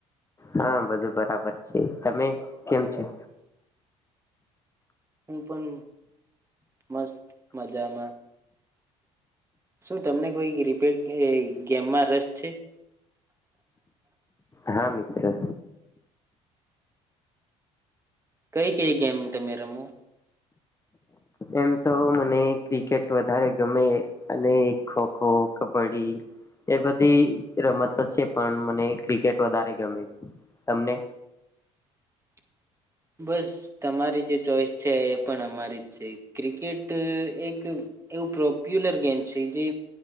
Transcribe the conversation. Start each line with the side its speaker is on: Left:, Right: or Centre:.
Left: હા, બધું બરાબર છે. તમે કેમ છે?
Right: હું પણ મસ્ત મજામાં. શું તમને કોઈ રિપેટ એઈ ગેમમાં રસ છે? <inaudible>
Left: હા મિત્ર.
Right: કઈ કઈ ગેમ તમે રમો?
Left: એમ તો મને ક્રિકેટ વધારે ગમે અને ખોખો, કબ્ડી એ બધી રમતો છે પણ મને ક્રિકેટ વધારે ગમે. તમને?
Right: <inaudible> બસ, તમારી જે ચોઈસ છે એ પણ અમારી જ છે ક્રિકેટ એ એક એવું પ્રપ્યુલર ગેમ છે જે